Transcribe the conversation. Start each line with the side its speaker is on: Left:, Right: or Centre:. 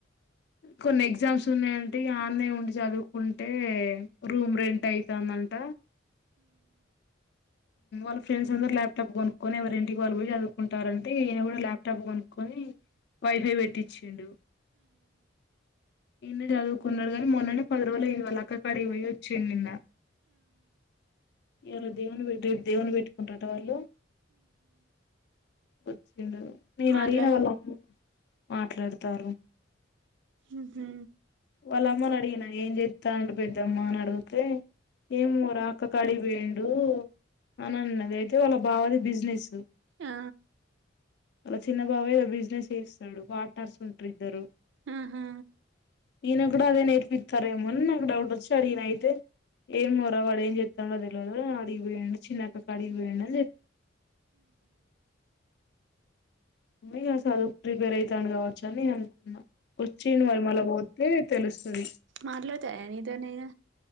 Left: కొన్ని ఎగ్జామ్స్ ఉన్నాయంటే ఆన్నే ఉండి చదువుకుంటే రూమ్ రెంట్ అయి రమ్మంట ళ్ళ ఫ్రండ్స్ అందరు ల్యాప్టాప్ కొనుక్కొని ఎవరి ఇంటికి వాళ్ళుడి చదువుకుంటారంటేయన కూడా ల్యాప్టాప్ కొనుక్కొని అని వైఫై పెట్టిచ్చిండు ఇన్నే చదువుకున్నాడు గానీ మొన్ననే పది రోజులు ఐంది వాళ్ళ అక్క కాడిగిపోయి వచ్చిండు నిన్న ఈయాల దేవుని పే రేపు దేవుని పెట్టుకుంటారట వాళ్ళు వచ్చిడు నేను
Right: మాట్లా
Left: అడిగిన వాళ్ళ అమ్మ. మాట్లాడుతార్రు
Right: ఉ హు
Left: వాళ్ళ అమ్మని అడిగిన ఏం జేత్తండు పెద్దమ్మా అని అడిగితే ఏమో రా అక్క కాడికి భేండు అని అన్నది అయితే వాళ్ళ బాగాది బిజినెస్
Right: ఆ
Left: అలా చిన్న బాబయ బిజినెస్ చేస్తాడు పార్ట్నర్స్ ఉంటారు ఇద్దరు
Right: ఆహా
Left: ఈయన కూడా అదే నేర్పిస్తారేమోని నాకు డౌట్ వచ్చి అడిగిన అయితే ఏం మొర వాడ ఏం చెప్స్తాడుో తెలిదు అడిగి వేడు చిన్నక అడిగి వేయండి అని చె ఉమ్రి చదు ప్రిపేర్ అయితాడు కావచ్చు అని అనుకున్నా వచ్చిడు మరి మళ్ళ పోతే తెలుస్తది
Right: మాట్లాడతాయా నీతో ని ఇగ